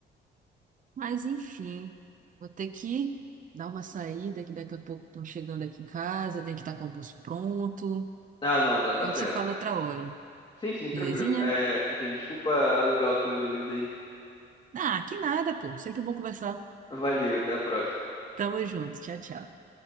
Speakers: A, on the right; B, on the left.
A: Mas enfim, vou ter que dar uma saída, que daqui a pouco estão chegando aqui em casa, tem que estar com o almoço pronto.
B: Ah, não, tá, tá
A: A gente
B: certo.
A: se fala outra hora,
B: Sim, sim, tranquilo.
A: belezinha?
B: É, sim, desculpa alugar os teus ouvidos aí.
A: Ah, que nada, pô. Sempre bom conversar.
B: Valeu, até a próxima.
A: Tamo junto. Tchau, tchau.